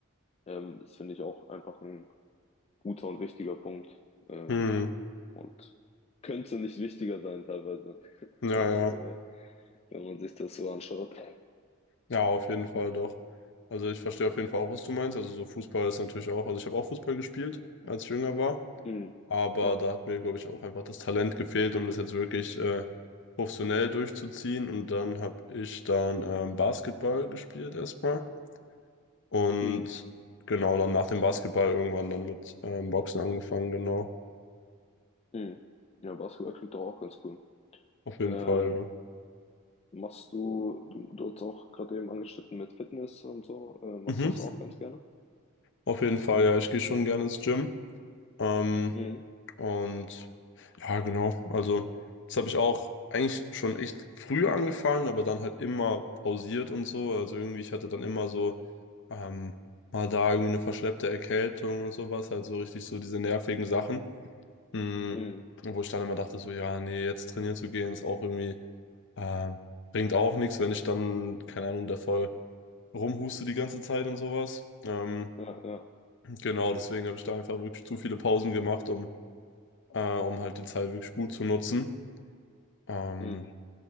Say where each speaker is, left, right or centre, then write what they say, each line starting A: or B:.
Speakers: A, on the left; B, on the left.
A: ähm, das finde ich auch einfach ein guter und wichtiger Punkt. Ähm,
B: Hm.
A: und könnte nicht wichtiger sein teilweise <laughs>
B: Ja,
A: als aktuell
B: ja.
A: wenn man sich das so anschaut.
B: Ja, auf jeden Fall doch. Also ich verstehe auf jeden Fall auch, was du meinst. Also so Fußball ist natürlich auch, also ich habe auch Fußball gespielt, als ich jünger war,
A: Mhm.
B: aber
A: Ja.
B: da hat mir, glaube ich, auch einfach das Talent gefehlt, um das jetzt wirklich äh, professionell durchzuziehen. Und dann habe ich dann ähm, Basketball gespielt erstmal. Und
A: Mhm.
B: genau, dann nach dem Basketball irgendwann dann mit ähm, Boxen angefangen, genau.
A: Mhm. Ja, Basketball klingt doch auch ganz cool.
B: Auf jeden
A: Ähm,
B: Fall,
A: machst du, du, du hast auch gerade eben angeschnitten mit Fitness und so, äh, machst
B: ja. Mhm.
A: du das auch ganz gerne?
B: Auf jeden Fall, ja, ich gehe schon gerne ins Gym. Ähm,
A: Mhm.
B: und Ja, genau. Also, das habe ich auch eigentlich schon echt früh angefangen, aber dann halt immer pausiert und so. Also irgendwie, ich hatte dann immer so ähm, mal da irgendwie eine verschleppte Erkältung und sowas, halt so richtig so diese nervigen Sachen. Mm,
A: Mhm.
B: Wo ich dann immer dachte, so, ja, nee, jetzt trainieren zu gehen, ist auch irgendwie, ähm, bringt auch nichts, wenn ich dann, keine Ahnung, da voll rumhuste die ganze Zeit und sowas. Ähm,
A: Ja, ja.
B: genau, deswegen habe ich da einfach wirklich zu viele Pausen gemacht, um, äh, um halt die Zeit wirklich gut zu nutzen. Ähm,
A: Mhm.